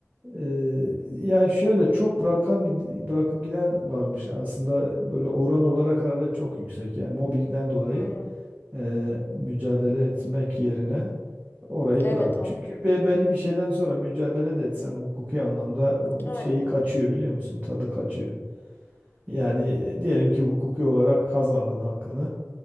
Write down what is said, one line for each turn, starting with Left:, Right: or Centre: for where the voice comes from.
Right: Ee, ya şöyle çok bırakan gid- bırakıp giden varmış aslında böyle oran olarak herhalde çok yüksek yani mobbingden dolayı
Left: Hmm,
Right: e, mücadele etmek yerine orayı
Left: Evet
Right: bırak.
Left: abi.
Right: Çünkü be- belli bir şeyden sonra mücadele de etsen hukuki anlamda
Left: Aynen.
Right: şeyi kaçıyor biliyor musun? Tadı kaçıyor. Yani e, diyelim ki hukuki olarak kazandın hakkını.